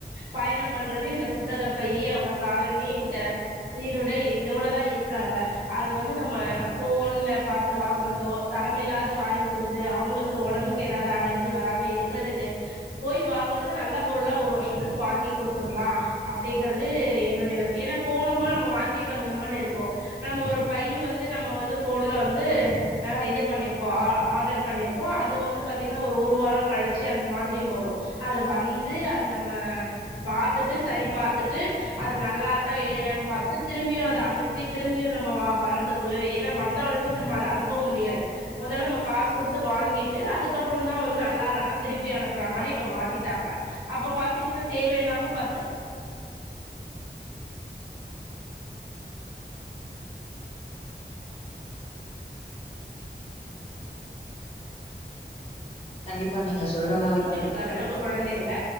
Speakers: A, on the right (about 55°); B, on the left (about 35°).
A: பயணம் பண்றது இந்த புத்தகப் பைய்யு அவங்க காலனி இந்த சீருடை இதோட தா இருக்காங்க அது வந்து நம்ம ஃபோன்ல பாத்து வாங்குறதோ தரம்இல்லாத வங்கி குடுத்து அவங்களுக்கு ஒடம்புக்கு ஏதாது அலர்ஜ் ஜி வராம இருக்றதுக்கு போய் வாங்கறது நல்ல பொருளா ஒரு வர்ஷத்துக்கு வாங்கி குடுத்துர்லா அப் ப்டிங்கறது என்னுடைய நெனப் ஏன்னா போனொமா நம்ம வாங்கிட் வந்தமானு இருக்கு நம்ம ஒரு பை வந்து நம்ம வந்து ஃபோன்ல வந்து இது பண்ணிர்ப்போ ஆ ஆர்டர் பண்ணிர்ப்போ அது வந்து பாத்தீங்ன்னா ஒரு ஒரு ரு வாரம் கழிச்சு அந்த மாதிரி வரு அது வந்து அது நம்ம பாத்துட்டு சரி பா த்துட்டு அது நல்லாருக்கா இல்லையான் பாத்துட்டு திரும்பியு அத அனுப்பி திரும்பியு நம்ம வா வரதுக் கொள்ளவே ஏன்னா வந்த ஒடனே நம்ம அத அனுப்பவு முடியாது மொதல் நம்ம காசு குடுத்து வாங்கிட்டு அதுக்கப்றந் தா வந்து நல்லாலனா திருப்பி அனுப்புற மாரி இப்ப மாத்திட்டாங்க அப்ப பாத்தீங்கன்னா தேவையில்லாம பத்து
B: கண்டிப்பா நீங்க சொல்ற மாரி
A: கூட்டிட்டு
B: பார்த்தீங்கன்னா
A: <unintelligible> அளவுக்கு கொழந்தைகள